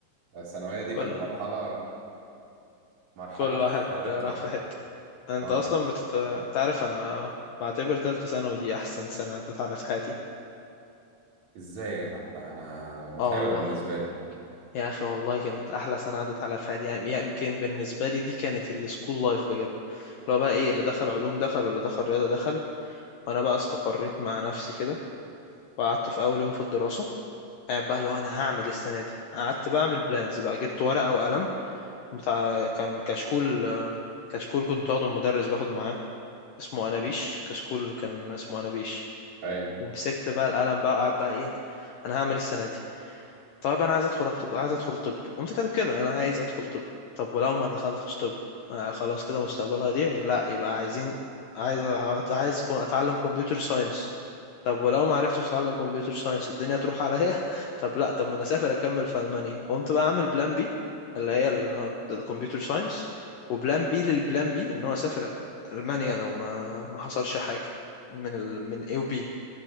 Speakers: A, on the right; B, on the left.
A: الثانويه دي
B: كل
A: كانت مرحله مرحلة
B: كل
A: فارقة
B: واحد راح في حتة انت
A: اه
B: اصلا بتت... انت عارف انا بعتبر تالتة ثانوي دي احسن سنة عدت على في حياتي
A: ازاي يا جدع ده انا متعبة
B: اه والله
A: بالنسبة لي
B: يا اخي والله كانت احلى سنه عدت عليا في حياتي يعني يمكن بالنسبه لي دي كانت السكول لايف بجد اللي هو بقى ايه اللي دخل علوم دخل واللي دخل رياضه دخل وانا بقى استقريت مع نفسي كده وقعدت في اول يوم في الدراسه قاعد بقى اللي هو انا هعمل إيه السنه دي قعدت بقى اعمل بلانز بقى جبت ورقه وقلم بتاع كان كشكول آه، كشكول كنت واخده من مدرس باخد معاه اسمه انابيش كشكول كان اسمه انابيش
A: ايوه
B: ومسكت بقى القلم بقى وقعد بقى ايه انا هعمل إيه السنه دي طب انا عايز ادخل اكتب عايز ادخل طب قمت كاتب كده انا عايز ادخل طب طب ولو ما دخلتش طب آه خلاص كده مستقبلها يضيع لا يبقى عايزين عايز أ- عايز كو- اتعلم كمبيوتر ساينس طب ولو ما عرفتش اتعلم كمبيوتر ساينس الدنيا تروح عليا <laughs> طب لا طب ما انا اسافر اكمل في المانيا قمت بقى اعمل بلان بي اللي هي الكمبيوتر ساينس وبلان بي للبلان بي ان هو اسافر المانيا لو ما ما حصلش حاجه من ال... من اي وبي